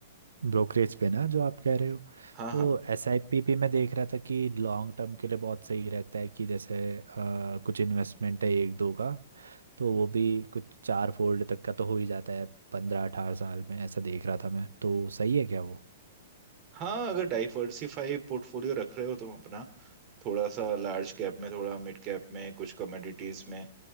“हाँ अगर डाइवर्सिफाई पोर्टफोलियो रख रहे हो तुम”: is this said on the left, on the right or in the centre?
Right